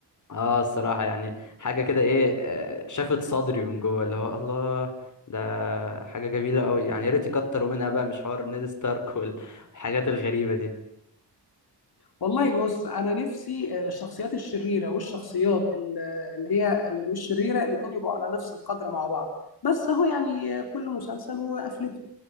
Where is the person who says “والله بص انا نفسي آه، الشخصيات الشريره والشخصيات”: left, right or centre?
Left